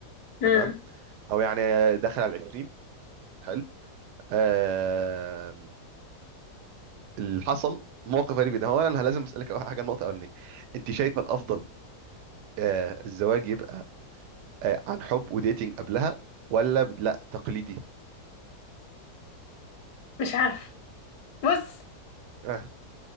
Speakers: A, on the left; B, on the right.
A: مم.
B: تمام او يعني داخل على 20 حلو آه اللي حصل موقف غريب جدا هو انا أنا لازم اسالك أول حاجه النقطه الاولانيه انت شايفه الافضل آه الزواج يبقى آه عن حب وديتنج قبلها ولا ب- لا تقليدي
A: مش عارف بص
B: اه